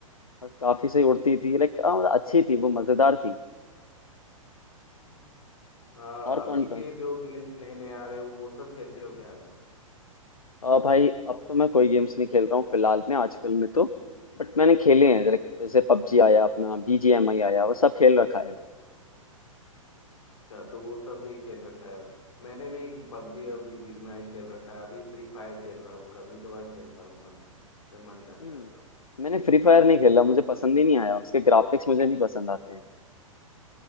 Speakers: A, on the left; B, on the left.
A: और काफी सही उड़ती थी लाइक मतलब अच्छी थी वो मजेदार थी
B: हम्म। आ,
A: और
B: अभी
A: कौन
B: के
A: कौन सी
B: जो गेम्स नए नए आ रहे हैं वो सब खेलते हो क्या
A: आ, भाई अब तो मैं कोई गेम्स नहीं खेल रहा हूँ फिलहाल में आजकल में तो बट मैंने खेले हैं लाइक जैसे पबजी आया अपना बीजीएमआई आया वो सब खेल रखा है
B: अच्छा तो वो सब भी खेल रखा है मैंने भी पबजी और बीजीएमआई खेल रखा है अभी फ्री फायर खेल रहा हूँ कभी कभार खेलता हूँ मन जब मन करता
A: हम्म
B: है तो
A: मैंने फ्री फायर नहीं खेला मुझे पसंद ही नहीं आया उसके ग्राफिक्स मुझे नहीं पसंद आते